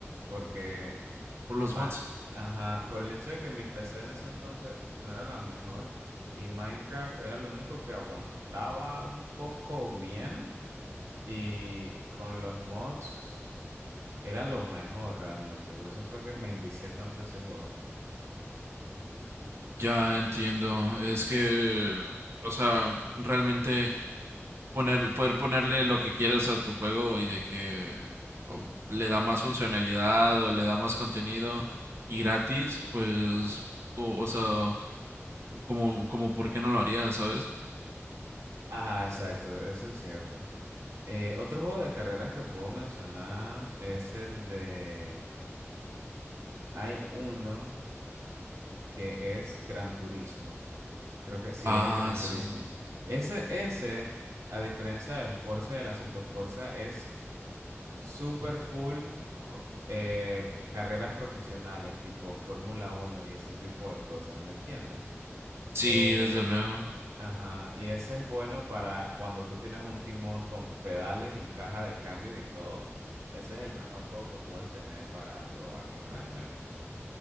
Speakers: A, on the right; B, on the right.
A: Porque,
B: Por los
A: ma-
B: mods.
A: ajá, por el hecho de que mi PC en ese entonces no era la mejor y Minecraft era lo único que aguantaba un poco bien y con los mods era lo mejor realmente. Por eso fue que me envicié tanto a ese juego.
B: Ya entiendo, es que, o sea, realmente poner, poder ponerle lo que quieras a tu juego y de que
A: Ujú.
B: o le da más funcionalidad o le da más contenido y gratis, pues, co- o sea, como, como, ¿por qué no lo haría, sabes?
A: Ajá, exacto, eso es cierto. Eh, otro juego de carreras que puedo mencionar es el de... Hay uno que es Gran Turismo. Creo que sí
B: Ah,
A: es el Gran
B: sí.
A: Turismo. Ese, ese, a diferencia del Forza y del Assetto Corsa, es super full jo- eh, carreras profesionales, tipo Fórmula Uno y ese tipo de cosas, ¿me entiendes?
B: Sí,
A: Eh,
B: desde luego.
A: Ajá, y ese es bueno para cuando tú tienes un timón con pedales y caja de cambios y todo. Ese es el mejor juego que puedes tener para probarlo realmente.